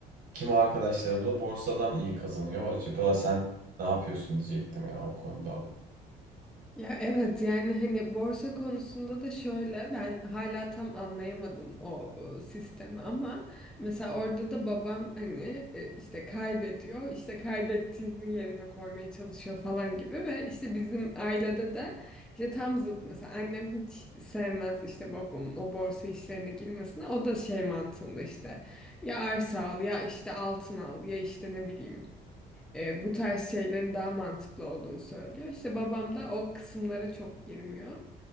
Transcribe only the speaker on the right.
kimi arkadaşlarım da borsadan iyi kazanıyor. Acaba sen ne yapıyorsun diyecektim ya o konuda.